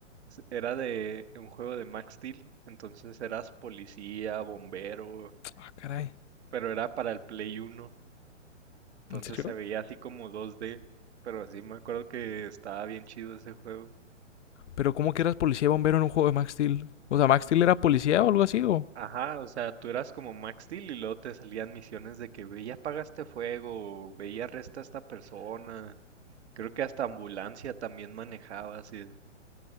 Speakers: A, on the right; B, on the left.
A: S- Era de un juego de Max Steel, entonces eras policía, bombero,
B: Ah, caray.
A: pe- pero era para el Play uno entonces
B: ¿En serio?
A: se veía así como 2D, pero sí me acuerdo que estaba bien chido ese juego.
B: Pero ¿cómo que eras policía y bombero en un juego de Max Steel? O sea, ¿Max Steel era policía o algo así? ¿O?
A: Ajá, o sea, tú eras como Max Steel y luego te salían misiones de que ve y apaga este fuego, ve y arresta a esta persona. Creo que hasta ambulancia también manejabas y